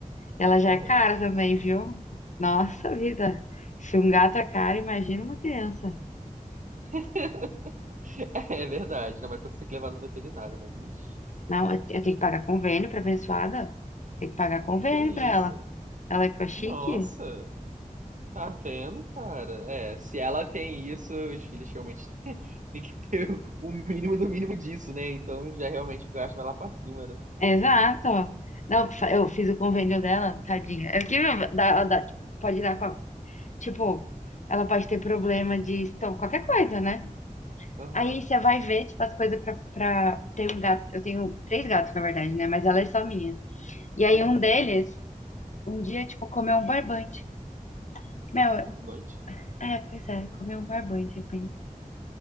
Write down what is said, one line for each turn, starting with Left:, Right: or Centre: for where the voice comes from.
Left: Ela já
Right: aham.
Left: é cara também, viu? Nossa vida. Se um gato é caro, imagina uma criança.
Right: <laughs> É verdade, não, mas quando você tem que levar no veterinário, né, bicho?
Left: Não, eu eu tenho que pagar convênio pra abençoada. Tem que pagar convênio
Right: Que isso?
Left: pra ela. Ela é com a chique?
Right: Nossa, tá vendo, cara? É, se ela tem isso, os filhos realmente <laughs> têm que ter o mínimo do mínimo disso, né? Então já realmente o gasto vai lá pra cima, né?
Left: Exato. Não, fa- eu fiz o convênio dela, tadinha. É porque meu, dá- ela dá- tipo, pode dar com a- Tipo, ela pode ter problema de estômago, qualquer coisa, né?
Right: Aham,
Left: Aí você vai ver, tipo, as coisas pra, pra ter um gato. Eu tenho três gatos, na verdade, né? Mas ela é só minha. E aí
Right: uhum.
Left: um deles, um dia, tipo, comeu um barbante. Meu,
Right: Um Barbante?
Left: é, pois é, comeu um barbante, de repente.